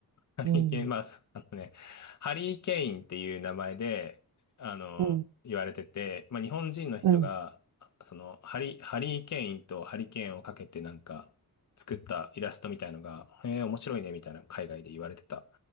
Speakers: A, on the left; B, on the right.
A: ハリケーン、
B: うん。
A: まあ、そあのね、ハリー・ケインっていう名前で、あの、
B: うん、
A: 言われてて、まあ、日本人の人が、
B: うん、
A: その、ハリ、ハリー・ケインとハリケーンをかけてなんか、作ったイラストみたいのが、へえ、面白いね、みたいな海外で言われてた